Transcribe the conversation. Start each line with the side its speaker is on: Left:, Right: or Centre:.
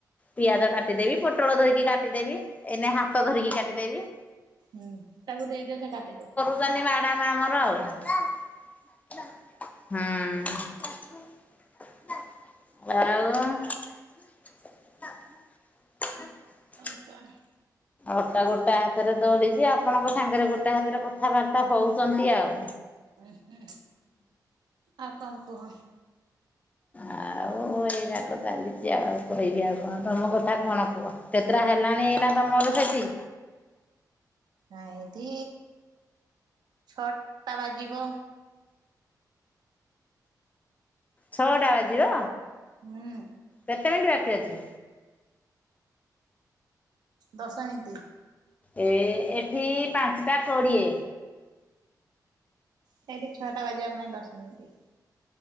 Left: ପିଆଜ କାଟିଦେବି, ପୋଟଳ ଧୋଇକି କାଟିଦେବି, ଏନେ ହାତ ଧରିକି କାଟିଦେବି।
Right: ହୁଁ ତାକୁ ଦେଇଦିଅ ସେ କାଟିଦଉ।
Left: କନ୍ତି ମାଡାମ ଆମର ଆଉ। ହୁଁ ଆଉ। ଆ
Right: ଆଉ କଣ?
Left: ଅଟା ଗୋଟା ହାତରେ ଦଳିବି ଆପଣଙ୍କ ସାଙ୍ଗରେ ଗୋଟା ହାତରେ କଥାବାର୍ତ୍ତା ହଉଛନ୍ତି ଆଉ।
Right: ଉ ହୁଁ ଆଉ କଣ କୁହ।
Left: ଆଉ। ମୁଁ ଏଇଟା ତ ଚାଲିଛି। ଆଉ କହିବି ଆଉ କଣ ତମ କଥା କଣ କୁହ? କେତେଟା ହେଲାଣି ଏଇନା ତମର ସେଠି?
Right: ଏଠି ଛଅଟା ବାଜିବ।
Left: ଛଅଟା ବାଜିବ।
Right: ହୁଁ।
Left: କେତେ ମିନିଟ୍ ବାକି ଅଛି?
Right: ଦଶମିଣ୍ଟି।
Left: ଏ ଏଠି ପାଞ୍ଚଟା କୋଡ଼ିଏ।
Right: ସେଇଠି ଛଅଟା ବାଜିବା ପାଇଁ ଦଶ ମିନିଟ୍।